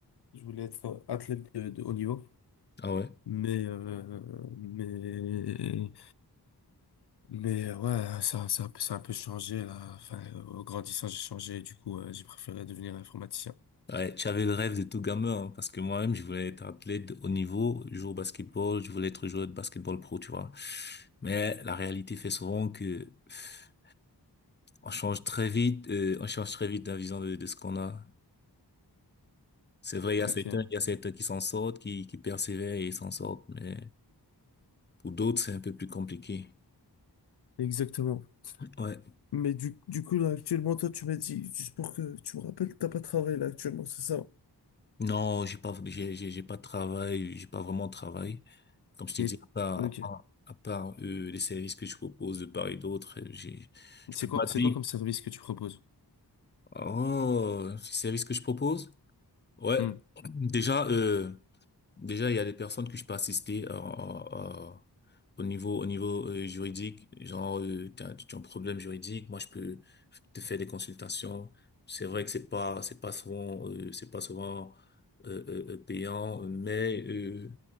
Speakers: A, on the left; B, on the left.
A: je voulais être athlète de, de haut niveau.
B: ah ouais
A: Mais, euh, mais Mais euh, ouais, ça, ça, ça a un peu changé là. Enfin, euh, au grandissant, j'ai changé. Du coup, euh, j'ai préféré devenir informaticien.
B: ouais tu avais le rêve de tout gamin hein, parce que moi-même je voulais être athlète de haut niveau jouer au basketball je voulais être joueur de basketball pro tu vois mais la réalité fait souvent que pff, on change très vite euh, on change très vite la vision de, de ce qu'on a c'est vrai
A: Ok.
B: il y a certains il y a certains qui s'en sortent qui qui persévèrent et ils s'en sortent mais pour d'autres c'est un peu plus compliqué
A: Exactement.
B: Ouais.
A: Mais du, du coup, là, actuellement, toi, tu m'as dit, juste pour que tu me rappelles, t'as pas travaillé là actuellement, c'est ça?
B: Non, j'ai pas, j'ai, j'ai j'ai pas de travail, j'ai pas vraiment de travail. Comme je t'ai
A: Et...
B: dit, à part,
A: Ok.
B: à part, à part euh, les services que je propose de part et d'autre, euh, j'ai, je
A: C'est
B: peux
A: quoi,
B: pas
A: c'est
B: dire.
A: quoi comme service que tu proposes?
B: Oh, les services que je propose? Ouais.
A: Hmm.
B: Déjà, euh, Déjà, il y a des personnes que je peux assister euh, euh, euh, au niveau au niveau euh, juridique. Genre, euh, t'as, tu as un problème juridique, moi je peux te faire des consultations. C'est vrai que c'est pas c'est pas souvent euh, c'est pas souvent euh, euh, euh, payant, mais euh,